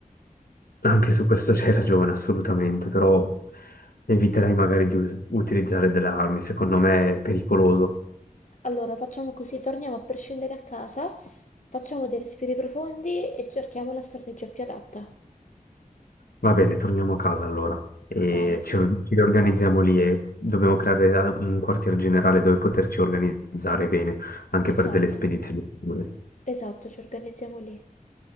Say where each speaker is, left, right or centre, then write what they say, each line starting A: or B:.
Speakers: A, on the left; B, on the left.
A: Anche su questo c'hai ragione, assolutamente, però eviterei magari di us- utilizzare delle armi, secondo me è pericoloso.
B: Allora, facciamo così, torniamo a prescindere a casa, facciamo dei respiri profondi e cerchiamo la strategia più adatta.
A: Va bene, torniamo a casa allora e
B: Dai,
A: ci, or- ci riorganizziamo lì e dobbiamo creare eh, un quartier generale dove poterci organizzare bene, anche
B: esatto,
A: per delle spedizioni future.
B: esatto, ci organizziamo lì.